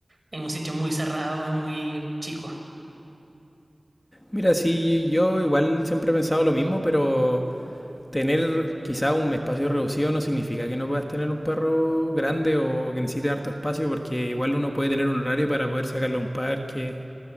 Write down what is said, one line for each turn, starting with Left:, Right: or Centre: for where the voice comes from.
Right: en un sitio muy cerrado y muy chico.
Left: Mira, sí, yo igual siempre he pensado lo mismo, pero tener quizá un espacio reducido no significa que no puedas tener un perro grande o que necesite harto espacio, porque igual uno puede tener un horario para poder sacarlo a un parque